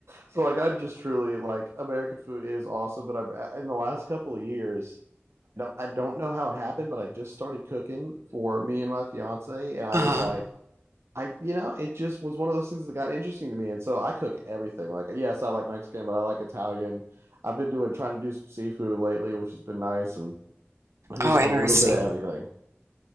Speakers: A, on the right (about 70°); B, on the right (about 80°).
A: so like I'm just truly like American food is awesome, but I've in the last couple of years I don't I don't know how it happened, but I just started cooking for me and my fiance, and I
B: Uh-huh.
A: was like, I you know, it just was one of those things that got interesting to me, and so I cook everything. Like, yes, I like Mexican, but I like Italian. I've been doing trying to do some seafood lately, which has been nice, and just
B: Oh, interesting.
A: a little bit of everything.